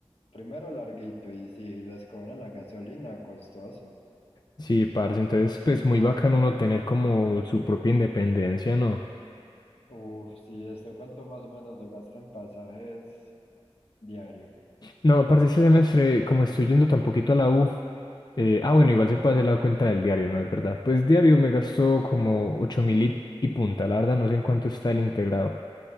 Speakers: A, on the left (about 75°); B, on the left (about 45°).
A: Primero larguito y si les cobran la gasolina, costoso.
B: Sí, parce, entonces pues muy bacano uno tener como su propia independencia, ¿no?
A: Uf, si esto cuánto más o menos se gasta en pasajes diario.
B: No, parce, este semestre, como estoy yendo tan poquito a la U, eh, ah, bueno, igual se puede hacer la cuenta del diario, ¿no? Es verdad. Pues diario me gastó como ocho mil y, y punta, la verdad, no sé en cuánto está el integrado.